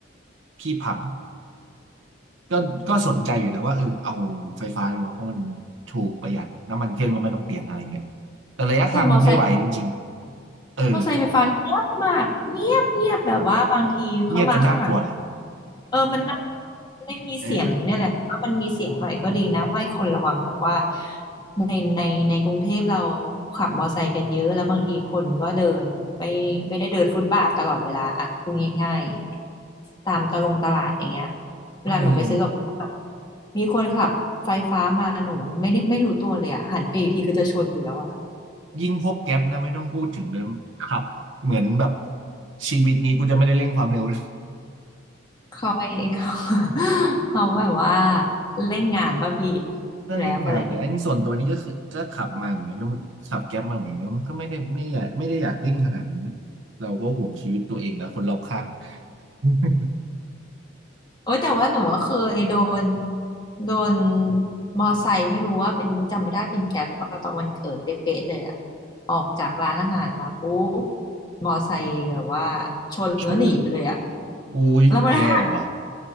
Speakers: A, on the right; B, on the left.
A: พี่พัง ก็ก็สนใจอยู่นะว่าเออเอาไฟฟ้าดีกว่าเพราะมันถูกประหยัดน้ำมันเครื่องก็ไม่ต้องเปลี่ยนอะไรเงี้ยแต่ระยะทางมันไม่ไหวจริง
B: แต่มอไซค์
A: ๆเออ
B: มอไซค์ไฟฟ้าเงียบมากเงียบเงียบแบบว่าบางทีเขามาข้างหลัง
A: เงียบจนน่ากลัวเลย
B: เออมันน่าไม่มีเสียงเนี่ยแหละถ้ามันมีเสียงหน่อยก็ดีนะให้คนระวังแบบว่า
A: เออ
B: ในในในกรุงเทพเราขับมอไซค์กันเยอะแล้วบางทีคนก็เดินไม่ไม่ได้เดินฟุตบาทตลอดเวลาอะพูดง่ายๆตามตะลงตลาดอย่างเงี้ยเวลาหนูไปซื้อกับข้าว
A: เออ
B: มีคนขับไฟฟ้ามาหนูไม่ได้ไม่รู้ตัวเลยอะหันไปอีกทีคือจะชนอยู่แล้วอะ
A: ยิ่งพวกแก๊ปนะไม่ต้องพูดถึงเลยครับเหมือนแบบชีวิตนี้กูจะไม่ได้เร่งความเร็วแล้ว
B: เขาไอ้นี่เขา <laughs> เขาแบบว่าเล่นงานป่ะพี่
A: ถ้าเร่งงานเนี่ยอันนี้ส่วนตัวนี้ก็คือก็ขับมาเหมือนกันก็ขับแก๊ปมาเหมือนกันมันก็ไม่ได้ไม่อยากไม่ได้อยากเร่งขนาดนั้นนะเราก็ห่วงชีวิตตัวเองและคนรอบข้าง
B: แกร็บอะไรเงี้ย
A: <laughs>
B: โอ้ยแต่ว่าหนูก็เคยโดนโดนมอไซค์ไม่รู้ว่าเป็นจำไม่ได้เป็นแกร็บหรือเปล่าตอนวันเกิดเป๊ะๆเลยอะออกจากร้านอาหารมาปุ๊บมอไซค์แบบว่าชนแล้วหนีไปเลยอะ
A: ชนเลยอุ้ยแย่ว่ะ
B: แล้วมัน <laughs>